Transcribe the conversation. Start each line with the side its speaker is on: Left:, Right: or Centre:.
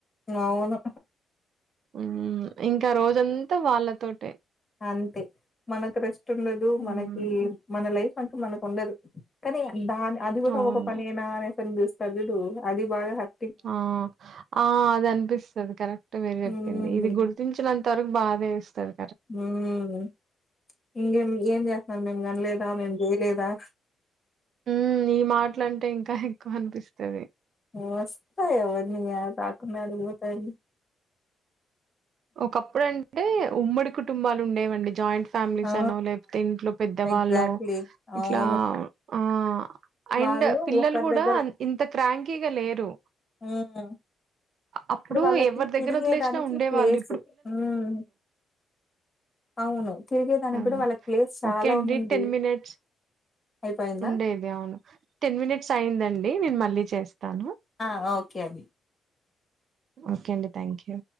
Left: ఇంగవును
Right: మ్మ్ ఇంక రోజంతా వాళ్ళతోట్ టె
Left: అంతే మనక్కూడ ట్టుండదు
Right: మ్మ్
Left: మనకీ మన లైఫ్ హక్కు మనకుండదు కానీ, బాంది అది కూడ
Right: అవును
Left: ఒక పనేనా అనేసి సరింగ చూస్తాడు చూడు అది బాగా హర్
Right: ఆ ఆ అదనిపిస్తది కరెక్ ట్ మీరు చెప్పింది
Left: మ్మ్
Right: ఇది గుర్తించినన్ తరుకు బాదేస్తది.
Left: మ్మ్ము ఇంకేం ఏం చేస్తున్నార్ మేం కనలేదా? మేం చేయలేదా?
Right: ఉ ఈ మాటలంటే ఇంకా ఎక్కువ అనిపిస్తది.
Left: వస్తాయవ నేయా పాకున్న నిదురొత్తదని
Right: ఒకప్పుడంటే ఉమ్మడి కుటుంబాలు ఉండేవండి జాయింట్ ఫ్యామిలీస్
Left: ఆ
Right: అనో లేకపోతే ఇంట్లో పెద్దవాల్లో
Left: ఎగ్జాక్ట్లీ
Right: ఇట్లా
Left: అవును
Right: ఆ అండ్
Left: వాళ్ళు
Right: పిల్లలు
Left: ఒకరి
Right: కూడా
Left: దగ్గర
Right: అన్ ఇంత క్రాంకీగా లేరు
Left: మ్మ్
Right: అప్పుడు
Left: వాళ్ళకి
Right: ఎవరి దగ్గర
Left: తిరిగేదానికి
Right: వదిలేసినా ఉండేవాళ్ళు.
Left: ప్లేస్
Right: ఇప్
Left: మ్మ్ అవును తిరిగేదానికి
Right: అవును
Left: గూడా వాళ్ళకి ప్లేస్ చాలా
Right: ఓకె అండి
Left: ఉండింది.
Right: టెన్ మినిట్స్
Left: అయిపోయిందా?
Right: ఉండేద అవును టెన్ మినిట్స్ అయిందండి నేను మళ్ళీ చేస్తాను.
Left: ఆ ఓకే అండి
Right: ఓకే అండి థ్యాంక్ యూ